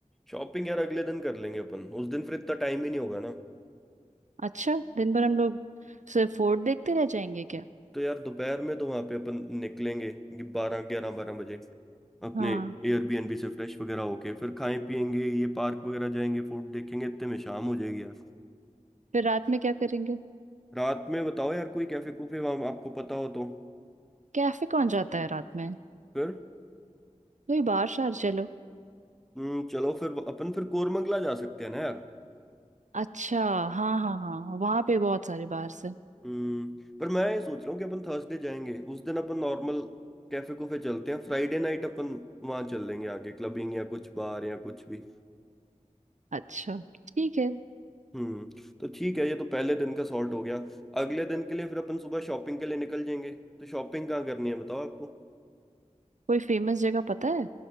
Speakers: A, in the centre; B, on the right.
A: शॉपिंग यार अगले दिन कर लेंगे अपन उस दिन फिर इतना टाइम ही नहीं होगा ना
B: अच्छा दिन भर हम लोग सिर्फ फोर्ट देखते रह जाएंगे क्या
A: तो यार दोपहर में तो वहां पे अपन निकलेंगे बारह ग्यारह बारह बजे अपने
B: हाँ
A: एयरबीएनबी से फ्रेश वगैरह होके फिर खाएं पियेंगे ये पार्क वगैरह जाएंगे फोर्ट देखेंगे इतने में शाम हो जाएगी यार
B: फिर रात में क्या करेंगे
A: रात में बताओ यार कोई कैफे कूफे वहां आपको पता हो तो
B: कैफे कौन जाता है रात में
A: फिर
B: कोई बार शार चलो
A: हम्म, चलो फिर अपन फिर कोरमंगला जा सकते हैं ना यार
B: अच्छा हाँ हाँ हाँ वहां पे बहुत सारे बार है
A: हम्म पर मैं ये सोच रहा हूँ कि अपन थर्सडे जाएंगे उस दिन अपन नॉर्मल कैफे कूफे चलते हैं फ्राइडे नाइट अपन वहां चल लेंगे आगे क्लबिंग या कुछ बार या कुछ भी
B: अच्छा ठीक है
A: हम्म तो ठीक है ये तो पहले दिन का सॉर्ट हो गया अगले दिन के लिए फिर अपन सुबह शॉपिंग के लिए निकल जाएंगे तो शॉपिंग कहाँ करनी है बताओ आपको
B: कोई फेमस जगह पता है